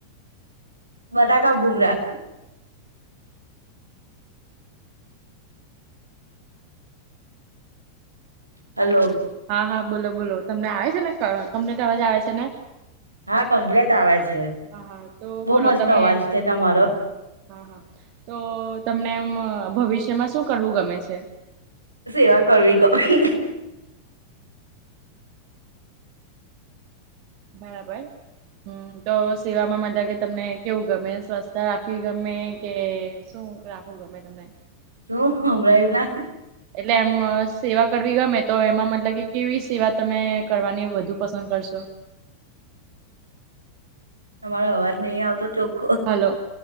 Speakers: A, on the right; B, on the right.
A: બટાકા ભૂકરા હલો
B: હા હા બોલો બોલો તમને આવે છે ને તમને ત અવાજ આવે છે ને
A: હા કમ્પ્લેટ આવે છે
B: હા હા તો
A: બહ
B: બોલો
A: મસ્ત
B: તમે
A: અવાજ છે તમારો
B: હા હા તો તમને એમ ભવિષ્યમાં શું કરવું ગમે છે
A: સેવા કરવી ગમે
B: બરાબર હમ્મ દોસ સેવામાં મજાકે તમને કેવું ગમે? સ્વસ્થ રાખવી ગમે, કે શું રાખવું ગમે તમને.
A: શું વેલના
B: એટલે એમ સેવા કરવી ગમે, તો એમાં મતલબકે કેવી સેવા તમે કરવાની વધુ પસંદ કરશો?
A: તમારો અવાજ નહીં આવતો ચોક
B: હલો,